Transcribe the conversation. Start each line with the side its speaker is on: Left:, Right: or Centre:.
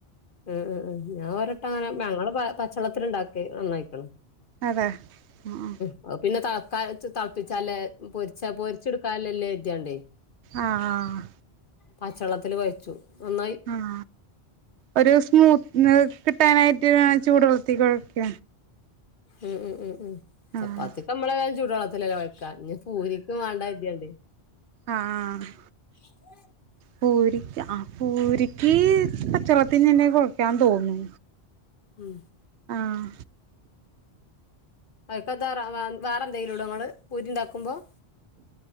Left: ഉം ഉം ഉം ഞാൻ ഒരട്ട ങ്ങനെ ഞങ്ങള് പ പച്ചളത്തില്ണ്ടാക്ക് നന്നായി ക്ക്ണ്.
Right: അതെ ഉം ഉം
Left: ഓഹ് പിന്നെ തളക്ക ച്ച് തൾപ്പിച്ചാലേ പൊരിച്ച പൊരിച്ചെടുക്കാല്ലല്ലേ കര്ത്യാണ്ടെ
Right: ആഹ്
Left: പച്ചെള്ളത്തില് കൊയച്ചു നന്നായി
Right: ഉം ഒരു സ്മൂത്ത് <unintelligible> കിട്ടാനായിട്ട് ഞാ ചൂടുവെള്ളത്തി കൊഴക്ക.
Left: ഉം ഉം ഉം ഉം ചപ്പാത്തിക്ക
Right: ആഹ്
Left: മ്മളെ തായാലും ചൂട് വെള്ളത്തില്ലല്ലേ കൊഴക്കാ ഇഞ് പൂരിക്ക് മാണ്ട ര്ത്യാണ്ടെ
Right: ആഹ് ആഹ്
Left: <unintelligible>
Right: പൂരിക്ക് ആഹ് പൂരിക്ക് പച്ചവെള്ളത്തിനെന്നെ കൊഴക്കാന്ന് തോന്ന്
Left: ഉം
Right: ആഹ്
Left: അയ്ക്കെത്താ റവാ വാറെന്തേലുടോ ങ്ങള് പൂരിണ്ടാക്കുമ്പം